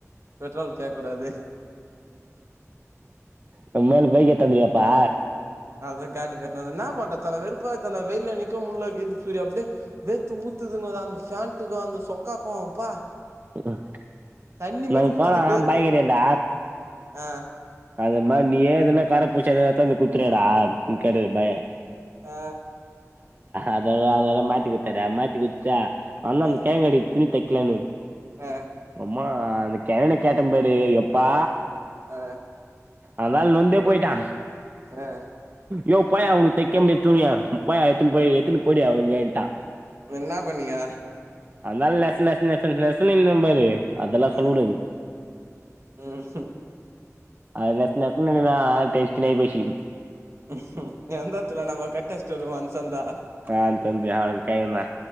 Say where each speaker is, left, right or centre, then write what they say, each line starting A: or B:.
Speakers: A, on the right; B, on the right.
A: பெட்ரோலுக்கு கேக்கூடாது
B: நம்ம மேல பைக்க எடுத்தாந்திருவியாப்பா
A: அது காடி பெட்ணுவ என்ன பண்றது தல வெறுப்பாவுது தல வெயில்ல நிக்க முடியல கிர் சூரி அப்படியே வேத்து ஊத்து துங்க அந்த ஃபேன்டுக்கு அந்த சொக்காக்கு அப்பா
B: ம்ஹும்
A: தண்ணி மாரி
B: நாங்க
A: ஊற்றுது
B: போனா
A: வேர்த்து
B: பாய்கடயாண்ட
A: ஆ
B: அந்த மாரி நீயே எதுன்னா கார பூசிய எதாது எடுத்து வந்து குடுத்துடு டா நீ கேடி பாய்
A: ஆ
B: அததா அததா மாத்தி குடுத்தார மாத்தி குடுத்துட்டா வந்தா
A: ஆ
B: அந்த கேங்கடி துணி தைக்கலன்னு
A: ஆ
B: ம்மா அந்த கேரன கேட்டே பாரு எப்பா
A: ஆ
B: அதா நொந்தே போயிட்டா
A: ஆ
B: யோவ் போயா உனக்கு தைக்க முடியா துணிய போயா எத்துனு போய் எத்துனு போயிடுயா ஒயுங்கான்டா
A: என்ன பண்ணீங்க
B: அந்தாலு நெச நெச நெச நெசன்னு நின்னுபாரு அதெல்லா சொல்ல
A: ஆ
B: கூடாது
A: ம்
B: அது நெசன நெசனன்னு இருந்ததா ஆள் டென்ஷன் ஆயிப்போச்சு
A: ம் எந்த எத்துல நம்ம கட்டஷ்டு வருமே அந்த சந்தா
B: அ அந்த சந்து அ கேக்கல